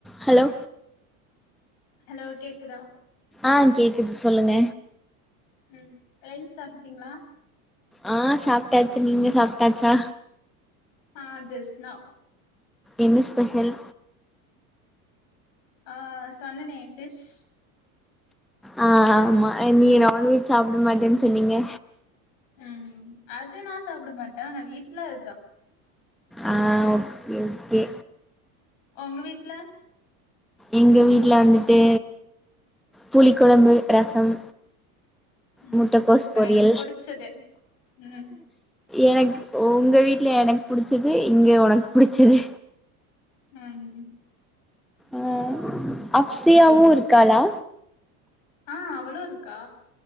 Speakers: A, in the centre; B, on the left.
A: Hello
B: hello கேக்குதா
A: அ கேக்குது சொல்லுங்க
B: ம் லஞ்ச் சாப்ட்டீங்களா
A: அ சாப்ட்டாச்சு நீங்க சாப்ட்டாச்சா
B: அ ஜஸ்ட் நவ்
A: என்ன ஸ்பெஷல்
B: அ சொன்னனே ஃபிஷ்
A: அ ஆமா நீ நான்வெஜ் சாப்ட மாட்டேன் சொன்னீங்க
B: ம் அது நா சாப்ட மாட்டே ஆனா வீட்ல அதுதா
A: அ ஓகே ஓகே
B: உங்க வீட்ல
A: எங்க வீட்ல வந்துட்டு புளி கொழம்பு ரசம்
B: ம்
A: முட்டக்கோஸ்
B: சூப்பர்
A: பொரியல்
B: எனக்கு புடிச்சது ம்
A: எனக்கு உங்க வீட்ல எனக்கு புடிச்சது இங்க ஒனக்கு புடிச்சது
B: ம்
A: அ அப்சியாவு இருக்காளா
B: அ அவளு இருக்கா